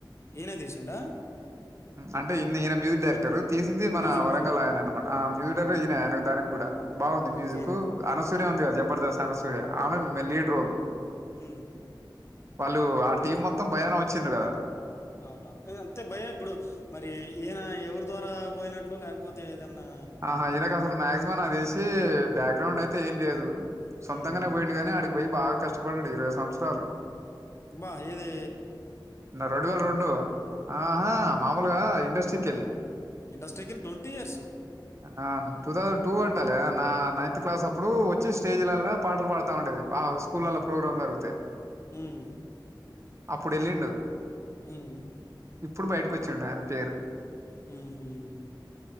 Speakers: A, on the left; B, on the right.
A: ఈనే తీసిండా
B: అంటే ఇన్ని ఈయన మ్యూజిక్ డైరెక్టర్ తీసింది మన
A: మ్యూజిక్
B: వరంగల్
A: డైరెక్టర్.
B: ఆయన అనమాట ఆ మ్యూజిక్ డైరెక్టర్ ఈనె ఆయన దానికి గుడా బావుంది
A: ఓకే.
B: మ్యూజిక్ అ సూర్య ఉంది కదా జబర్దస్త్ అన్నసూర్య ఆమె లీడ్ రోల్
A: హ్మ్.
B: వాళ్ళు ఆ టీం
A: ఎ
B: మొత్తం భయాన వచ్చ వచ్చిండ్లు కదా
A: అవునవును అంతే భయ ఇప్పుడు మరి ఈయన ఎవరి ద్వారా పోయినట్టు ట్ లో లేకపోతే ఏదన్నా
B: ఆహా ఇనకసలు మాక్సిమం నాకు తెలిసి బ్యాక్ గ్రౌండ్ అయితే ఏం లేదు సొంతంగానే
A: హ్మ్.
B: పోయిండుగని అడి పోయి బాగా కష్టపడ్డాడు ఇరవై సంవత్సరాలు
A: బా ఈది
B: నా రెండు వేల రెండు ఆహా మామూలుగా ఇండస్ట్రీకేళ్ళి
A: ఇండస్ట్రీకి ట్వంటీ ఇయర్స్
B: ఆ టూ థౌసండ్ టూ అంటాలే నా నైన్త్ క్లాస్ అప్పుడు వచ్ చ్చ్ స్టేజిలళ్లా పాటలు పాడుతా ఉండేది. అవ్ స్కూల్
A: ఉమ్,
B: ల్లా ప్రోగ్రామ్ జరుగుతే
A: ఉమ్,
B: అప్పుడు వెళ్ళిండు
A: ఉమ్
B: ఇప్పుడు బయటకు వచ్చిండు ఆయన పేరు
A: ఊహుమ్